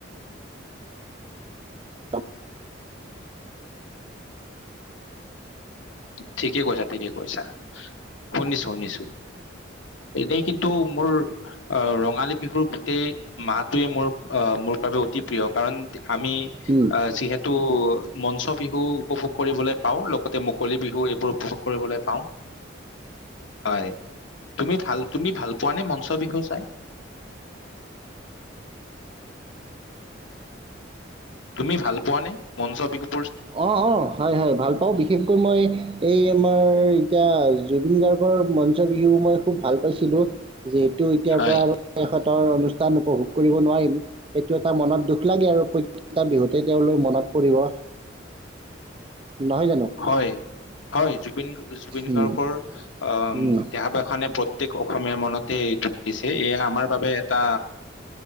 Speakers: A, on the right; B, on the left.
A: অ
B: ঠিকে কৈছা ঠিকে কৈছা উ শুনিছো শুনিছো এনেই কিন্তু মোৰ আহ ৰঙালী বিহুৰ গোটেই মাহটোৱে মোৰ আহ মোৰ বাবে অতি প্ৰিয় কাৰণ আমি
A: অঁ
B: আহ যিহেতু মঞ্চ বিহু উপভোগ কৰিবলৈ পাওঁ লগতে মুকলি বিহু এইবোৰ উপ ভোগ কৰিবলৈ পাওঁ হয় তুমি ভাল তুমি ভাল পোৱানে মঞ্চ বিহু চাই। তুমি ভাল পোৱা নে মঞ্চ বিহু?
A: অ অ হয় হয় ভাল পাওঁ বিশেষকৈ মই এই তোমাৰ এতিয়া জুবিন গাৰ্গৰ মঞ্চ বিহু মই খুব ভাল পাইছিলোঁ। যিহেটো এতিয়াৰ
B: হয়
A: পৰা আৰু শেষত অনুষ্ঠান উপভোগ কৰিব নোৱাৰিম সেইটো এটা মনত দুখ লাগে আৰু প্ৰত্যেকটা বিহুতে তেওঁলৈ মন পৰিব নহয় জানো
B: হয় হয় জ জুবিন
A: উম,
B: গাৰ্গৰ আহ
A: উম,
B: দেহাবখানে প্ৰতেক অসমীয়া মনতে দুখ দিছে এয়া আমাৰ বাবে এটা